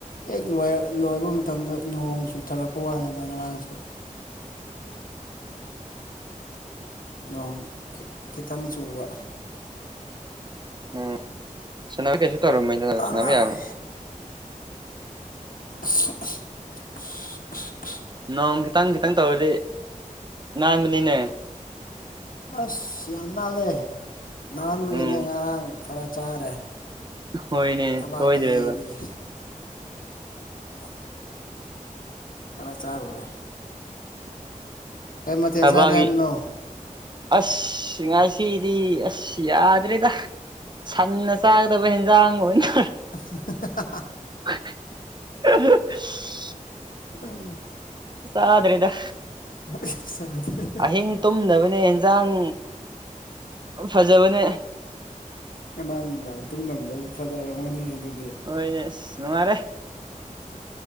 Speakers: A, on the left; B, on the right.
A: ꯍꯦꯛ ꯂꯣꯏ ꯂꯣꯏꯕ ꯃꯇꯝꯗ ꯅꯣꯡ ꯆꯨꯊꯔꯛꯄ ꯋꯥꯅꯤꯗ ꯉꯔꯥꯡꯁꯦ ꯑꯧ ꯈꯤꯇꯪ ꯆꯨꯕ
B: ꯎꯝ ꯁꯥꯟꯅꯕ ꯀꯩꯁꯨ ꯇꯧꯔꯝꯃꫭꯏꯗꯅ
A: ꯑꯂꯥꯏ
B: ꯁꯥꯟꯅꯕ ꯌꯥꯕ꯭ꯔꯣ
A: <inaudible>
B: ꯅꯣꯡ ꯈꯤꯇꯪ ꯈꯤꯇꯪ ꯇꯧꯔꯗꯤ ꯅꯥꯟꯕꯅꯤꯅꯦ
A: ꯑꯁ ꯌꯥꯝ ꯅꯥꯜꯂꯦ ꯅꯥꯟꯕꯒꯤꯅꯦ
B: ꯎꯝ
A: ꯉꯔꯥꯡ ꯈꯔ ꯆꯥꯔꯦ
B: ꯍꯣꯏꯅꯦ
A: ꯊꯕꯥꯛꯇ
B: ꯁꯣꯏꯗ꯭ꯔꯦꯕ
A: ꯌꯩꯕꯒꯤ ꯈꯔ ꯆꯥꯔꯨꯔꯦ ꯀꯩ ꯃꯊꯦꯜ
B: ꯊꯕꯥꯛꯒꯤ
A: ꯆꯥꯔꯦ ꯍꯥꯏꯕꯅꯣ
B: ꯑꯁ ꯉꯁꯤꯗꯤ ꯑꯁ ꯌꯥꯗ꯭ꯔꯦꯗ ꯁꯟꯅ ꯆꯥꯒꯗ ꯗꯕ ꯍꯦꯟꯖꯥꯡ ꯑꯣꯏꯅ
A: <inaudible>
B: <inaudible>
A: ꯎꯝ
B: ꯆꯥꯗ꯭ꯔꯦꯗ
A: ꯑꯣ ꯁꯥ <inaudible>
B: ꯑꯍꯤꯡ ꯇꯨꯝꯗꯕꯅꯦ ꯑꯦꯟꯖꯥꯡ ꯐꯖꯕꯅꯦ
A: ꯉꯔꯥꯡ ꯅꯨꯡꯗꯥꯡ ꯇꯨꯝꯗꯕꯗꫭ ꯐꯖꯔꯝꯒꯅꯤ ꯑꯗꯨ
B: ꯍꫭꯏꯅꯦ ꯅꯨꯡꯉꯥꯥꯔꯦ